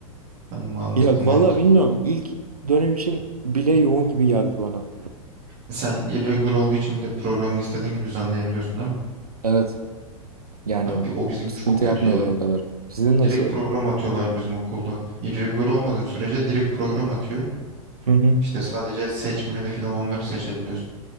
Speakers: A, on the right; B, on the right.
A: Ha, mantıklı
B: Ya
A: mantıklı.
B: valla bilmiyorum. İlk dönem için bile yoğun gibi geldi bana.
A: Sen irregular olduğu için bir de programını istediğin gibi düzenleyebiliyorsun değil mi?
B: Evet. Yani
A: Ya bi- o bizim
B: sıkıntı
A: çok kötü
B: yapmıyorlar
A: ya.
B: o kadar. Sizin nasıl?
A: Direkt program atıyorlar bizim okulda. Irregular olmadığın sürece direkt program atıyor.
B: Hı hı.
A: İşte sadece seçmeli falan onları seçebiliyorsun.